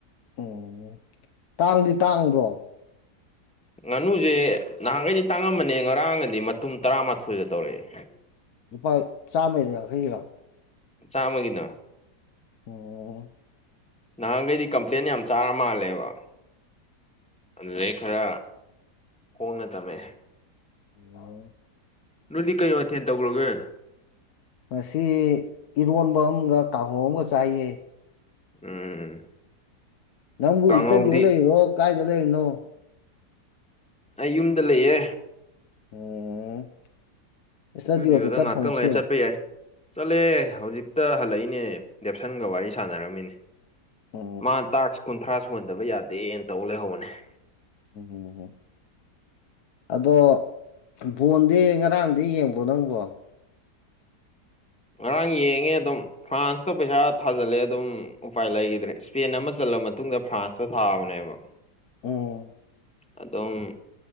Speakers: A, on the left (about 70°); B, in the centre.
A: ꯎꯝ ꯇꯥꯡꯗꯤ ꯇꯥꯡꯕ꯭ꯔꯣ
B: ꯉꯥꯅꯨꯁꯦ ꯅꯍꯥꯟꯈꯩꯗꯤ ꯇꯥꯡꯉꯝꯕꯅꯦ ꯉꯔꯥꯡꯅꯗꯤ ꯃꯇꯨꯝ ꯇꯔꯥꯃꯥꯊꯣꯏꯒ ꯇꯧꯔꯛꯑꯦ
A: ꯂꯨꯄꯥ ꯆꯥꯝꯃꯩꯔꯣ ꯌꯥꯡꯈꯩꯒꯤꯔꯣ
B: ꯆꯥꯝꯃꯒꯤꯅ
A: ꯑꯣ
B: ꯅꯍꯥꯟꯒꯩꯗꯤ ꯀꯝꯄ꯭ꯂꯦꯟ ꯌꯥꯝ ꯆꯥꯔ ꯃꯥꯜꯂꯦꯕ ꯑꯗꯨꯗꯩ ꯈꯔ ꯈꯣꯡꯅ ꯇꯝꯃꯦ
A: ꯎꯝ
B: ꯅꯣꯏꯗꯤ ꯀꯩ ꯃꯊꯦꯜ ꯇꯧꯒꯔꯒꯦ
A: ꯉꯁꯤ ꯏꯔꯣꯟꯕ ꯑꯃꯒ ꯀꯥꯡꯍꯧ ꯑꯃꯒ ꯆꯥꯏꯌꯦ
B: ꯎꯝ
A: ꯅꯪꯕꯨ
B: ꯀꯥꯡꯍꯧꯗꯤ
A: ꯁꯇꯦꯗꯤꯑꯣ ꯂꯩꯔꯤꯔꯣ ꯀꯥꯏꯗ ꯂꯩꯅꯣ
B: ꯑꯩ ꯌꯨꯝꯗ ꯂꯩꯌꯦ
A: ꯑꯣ ꯏꯁꯇꯗꯤꯑꯣꯗ
B: ꯏꯁꯇꯨꯗꯤꯑꯣꯗ
A: ꯆꯠꯇ꯭ꯔꯣ
B: ꯉꯥꯛꯇꯪ
A: ꯉꯁꯤ
B: ꯂꯩꯔ ꯆꯠꯄ ꯌꯥꯏ ꯆꯠꯂꯦ ꯍꯧꯖꯤꯛꯇ ꯍꯜꯂꯛꯏꯅꯦ ꯗꯦꯞꯁꯟꯒ ꯋꯥꯔꯤ ꯁꯥꯟꯅꯔꯝꯃꯤꯅꯤ
A: ꯎꯝ
B: ꯃꯥ ꯇꯥꯛꯁ ꯀꯨꯟꯊ꯭ꯔꯥ ꯁꯨꯍꯟꯗꯕ ꯌꯥꯗꯦꯅ ꯇꯧ ꯂꯩꯍꯧꯕꯅꯦ
A: ꯎꯝ ꯍ ꯎꯨꯝ <unintelligible> ꯑꯗꯣ ꯕꯣꯟꯗꯤ ꯉꯔꯥꯡꯗꯤ ꯌꯦꯡꯕ꯭ꯔꯣ ꯅꯪꯕꯣ
B: ꯉꯔꯥꯡ ꯌꯦꯡꯉꯦ ꯑꯗꯨꯝ ꯐ꯭ꯔꯥꯟꯁꯇ ꯄꯩꯁꯥ ꯊꯥꯖꯜꯂꯦ ꯑꯗꯨꯝ ꯎꯄꯥꯏ ꯂꯩꯒꯤꯗ꯭ꯔꯦ ꯏꯁꯄꯦꯟ ꯑꯃ ꯆꯜꯂꯦ ꯃꯇꯨꯡꯗ ꯐ꯭ꯔꯥꯟꯁꯇ ꯊꯥꯕꯅꯦꯕ
A: ꯎꯝ
B: ꯑꯗꯨꯝ